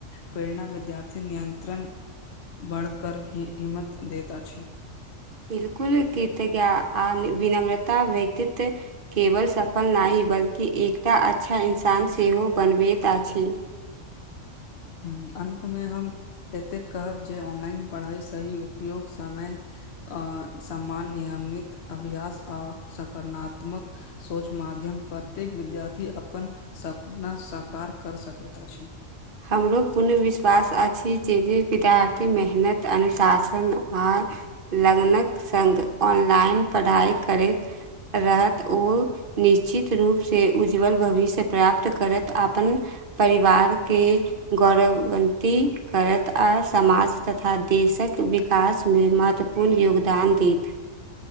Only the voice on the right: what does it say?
बिलकुल कीर्तजञ आ विनम्रता व्यतीत केवल सफल नहि <unintelligible> बल्कि एकटा अच्छा इन्सान सेहो बनबैत अछि
हमरो पूर्ण विश्वास अछि जे जे विद्यार्थी मेहनत अनुशासन आ लगनक संग ऑनलाइन पढ़ाइ करैत रहत ओ निश्चित रूप से उज्ज्वल भविष्य प्राप्त करत अपन परिवार के गौरवन्न्दित करत आ समाज तथा देशक विकास मे महत्वपूर्ण योगदान देत